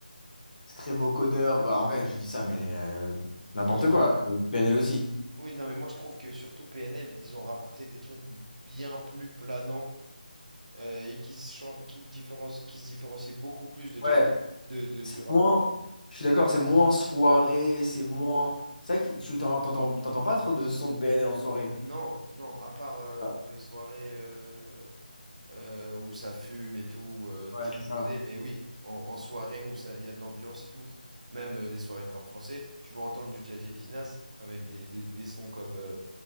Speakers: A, on the left; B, on the right.
A: c'est très vocodeur. Bah, en vrai, je dis ça, mais euh, n'importe
B: Moi, je trouve.
A: quoi. PNL aussi.
B: Oui, non, mais moi, je trouve que surtout PNL, ils ont rapporté des trucs bien plus planants euh, et qui se, chan- qui différencient, qui se différencient beaucoup plus de
A: Ouais,
B: Dja Dja- de, de,
A: c'est
B: du rap.
A: moins. Je suis d'accord, c'est moins soirée, c'est moins. C'est vrai que tu t'en- t'entends t'entends pas trop de sons de PNL en soirée.
B: Non, non, à part euh,
A: Ouais,
B: bon, les soirées. euh, euh, où ça fume et tout, euh,
A: Ouais,
B: très
A: c'est
B: posé.
A: ça.
B: Mais oui, en, en soirée où ça- il y a de l'ambiance et tout, même euh, des soirées de rap français, tu vas entendre du Djadja Dinaz avec des, des, des sons comme euh,